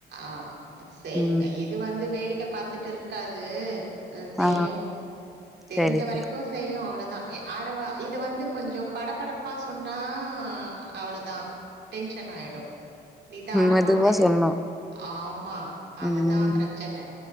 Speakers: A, on the right; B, in the centre.
A: ஆமா செய்
B: ம்
A: எ இது வந்து வேடிக் க பாத்துட்டுருக்காது அ செய்யூ
B: ஆ
A: தெரிஞ்ச
B: சரி
A: வரைக்கு
B: சரி
A: செய்யு அவ்ளோ தா ஏ ஆடவா இத வந்து கொஞ்சோ படப்படப்பா சொன்னா அவ்ளோதா டென்ஷன்னாய்டு நிதானம்மாத்தே
B: மெதுவா சொல்ணு
A: ஆமா அதுதா
B: ம்
A: ப்ரச்சன